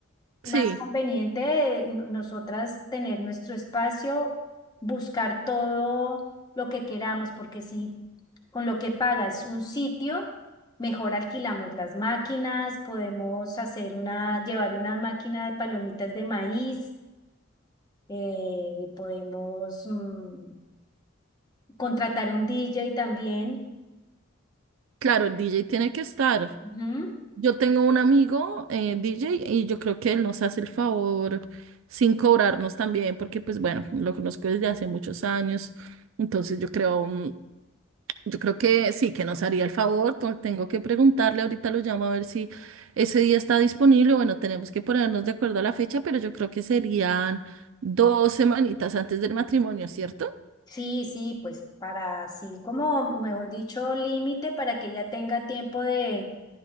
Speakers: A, on the right; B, on the left.
A: Sí.
B: más conveniente eh, no- nosotras tener nuestro espacio, buscar todo lo que queramos, porque si con lo que pagas un sitio, mejor alquilamos las máquinas, podemos hacer una, llevar una máquina de palomitas de maíz, eh, podemos mm, contratar un DJ también.
A: Claro, el DJ tiene que estar.
B: Ujú.
A: Yo tengo un amigo eh, DJ y yo creo que él nos hace el favor sin cobrarnos también, porque pues bueno, lo conozco desde hace muchos años. Entonces yo creo, mm, yo creo que sí, que nos haría el favor. to- Tengo que preguntarle, ahorita lo llamo a ver si ese día está disponible. Bueno, tenemos que ponernos de acuerdo a la fecha, pero yo creo que serían dos semanitas antes del matrimonio, ¿cierto?
B: Sí, sí, pues para así como, mejor dicho, límite para que ella tenga tiempo de